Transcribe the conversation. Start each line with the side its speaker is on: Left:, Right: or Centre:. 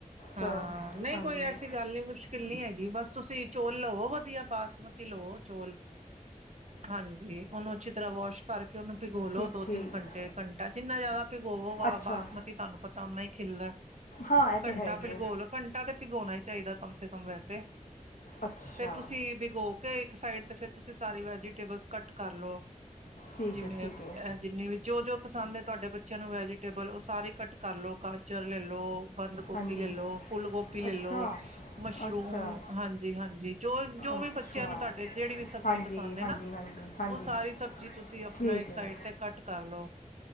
Right: ਹਾਂ,
Left: ਚਲੋ
Right: ਨਹੀਂ
Left: ਹਾਂਜੀ
Right: ਕੋਈ ਐਸੀ ਗੱਲ ਨਹੀਂ ਮੁਸ਼ਕਿਲ ਨਹੀਂ ਹੈਗੀ ਬਸ ਤੁਸੀਂ ਚੋਲ ਲਵੋ ਵਧੀਆ ਬਾਸਮਤੀ ਤਿਲੋ ਚੋਲ, ਹਾਂਜੀ ਉਹਨੂੰ ਅੱਛੇ ਤਰ੍ਹਾਂ ਵਾਸ਼ ਕਰਕੇ ਉਹਨੂੰ ਭਿਗੋਲੋ,
Left: ਠੀਕ
Right: ਦੋ-
Left: ਠੀਕ
Right: ਤਿੰਨ ਘੰਟੇ, ਘੰਟਾ ਜਿੰਨਾ ਜ਼ਿਆਦਾ ਭਿਓਗੋ
Left: ਅੱਛਾ
Right: ਬਾਸਮਤੀ ਤੁਹਾਨੂੰ ਪਤਾ ਉਹਨਾ ਹੀ ਖਿੱਲਣਾ
Left: ਹਾਂ, ਇਹ ਤੇ ਹੈ
Right: ਘੰਟਾ
Left: ਹੀ
Right: ਭਿਗੋ
Left: ਹੈ
Right: ਲਓ, ਘੰਟਾ ਤੇ ਭਿਗੋਣਾ ਹੀ ਚਾਹੀਦਾ ਕਮ ਸੇ ਕਮ ਵੈਸੇ,
Left: ਅੱਛਾ
Right: ਫੇਰ ਤੁਸੀਂ ਭਿਗੋ ਕਿ ਇੱਕ ਸਾਈਡ ਤੇ ਫਿਰ ਤੁਸੀਂ ਸਾਰੀ ਵੈਜੀਟੇਬਲ ਕੱਟ ਕਰ ਲਓ,
Left: ਠੀਕ
Right: ਜਿਵੇਂ-
Left: ਹੈ ਠੀਕ ਹੈ
Right: ਜਿੰਨੀ ਵੀ ਜੋ-ਜੋ ਪਸੰਦ ਐ ਤੁਆਡੇ ਬੱਚਿਆਂ ਨੂੰ ਵੈਜੀਟੇਬਲ ਓ ਸਾਰੇ ਕੱਟ ਕਰ ਲੋ ਗਾਜਰ ਲੈ ਲੋ, ਬੰਦ ਗੋਭੀ
Left: ਹਾਂਜੀ
Right: ਲੈਲੋ, ਫੁੱਲ ਗੋਭੀ ਲੈਲੋ,
Left: ਅੱਛਾ
Right: ਮਸ਼ਰੂਮ
Left: ਅੱਛਾ
Right: ਹਾਂਜੀ-ਹਾਂਜੀ ਜੋ-ਜੋ
Left: ਅੱਛਾ
Right: ਵੀ ਬੱਚਿਆਂ ਨੂੰ ਤੁਆਡੇ ਜੇੜੀ ਵੀ ਸਬਜ਼ੀ
Left: ਹਾਂਜੀ
Right: ਪਸੰਦ ਐ
Left: ਹਾਂਜੀ
Right: ਨਾ,
Left: ਹਾਂਜੀ ਹਾਂਜੀ
Right: ਓ ਸਾਰੀ ਸਬਜ਼ੀ ਤੁਸੀਂ ਆਪਣਾ
Left: ਠੀਕ
Right: ਇੱਕ
Left: ਹੈ
Right: ਸਾਈਡ ਤੇ ਕੱਟ ਕਰਲੋ,